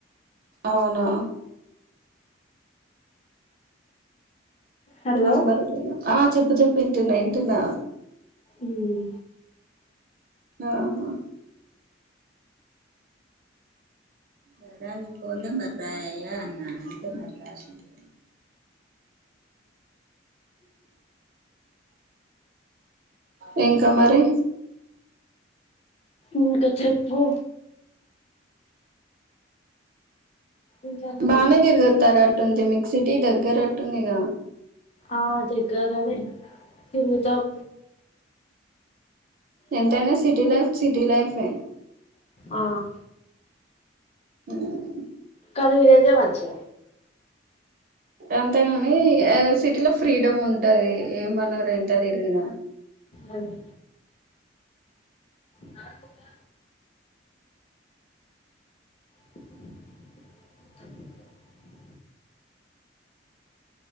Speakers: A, on the right; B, on the left.
A: అవునా.
B: హలో
A: నెంబర్ ఆహ్ చెప్పు చెప్పు వింటున్నా వింటున్నా.
B: ఉమ్.
A: ఆహా. సరే నీ ఫోన్ నెంబర్ రాయి అయ్యా అన్నా ఏంటో మరి రాసిండో. ఉమ్ ఇంకా మరి.
B: ఇంకా చెప్పు. ఇంట్లోనే
A: బానేదిర్గతారట్టు
B: ఉన్నావా
A: ఉంది మీకు సిటీ దగ్గరట్టుందిగ.
B: ఆహ్ దగ్గారే తిరుగుతాం.
A: ఎంతైనా సిటీ లైఫ్ సిటీ లైఫే.
B: ఆహ్.
A: ఉమ్.
B: కానీ ఈరోజే వచ్చిన.
A: అంతే గాని సిటీ లో ఫ్రీడమ్ ఉంటది. ఏమన్నరు ఎంత తిరిగిన.
B: అవును. నారం ఉమ్. <inaudible>